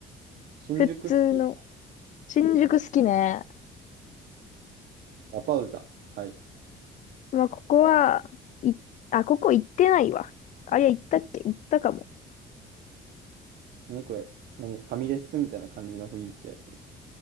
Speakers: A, on the right; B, on the left.
A: 新宿好き。
B: 普通の。新宿好きね。
A: ラパウザ。はい。
B: まあ、ここは、い、あ、ここ行ってないわ。あ、いや、行ったっけ行ったかも。
A: 何これ何ファミレスみたいな感じの雰囲気やけど。